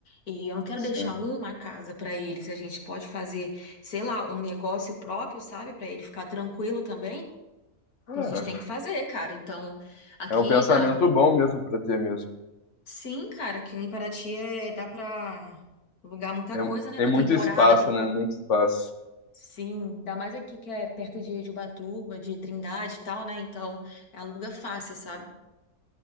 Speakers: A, on the left; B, on the left.
A: E eu não quero
B: Sim.
A: deixar uma casa pra ele, se a gente pode fazer, sei lá, um negócio próprio, sabe, Pra ele ficar tranquilo também.
B: É,
A: A gente tem que fazer, cara. Então, aqui
B: é um pensamento
A: na
B: bom mesmo pra ter mesmo.
A: Sim, cara, aqui em Paraty é... dá pra alugar muita
B: É-
A: coisa, né,
B: tem
A: Pra
B: muito
A: temporada.
B: espaço, né? Muito espaço.
A: Sim, ainda mais aqui que é perto de, de Ubatuba, de Trindade e tal, né? Então, aluga fácil, sabe?